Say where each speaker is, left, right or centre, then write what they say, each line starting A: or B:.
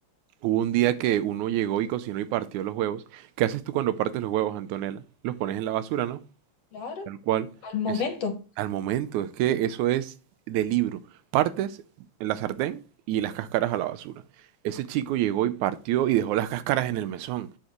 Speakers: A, on the right (about 80°); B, on the left (about 60°).
A: Hubo un día que uno llegó y cocinó y partió los huevos. ¿Qué haces tú cuando partes los huevos, Antonella? Los pones en la basura, ¿no?
B: Claro,
A: Tal cual.
B: al momento.
A: Es al momento, es que eso es de libro. Partes en la sartén y las cáscaras a la basura. Ese chico llegó y partió y dejó las cáscaras en el mesón.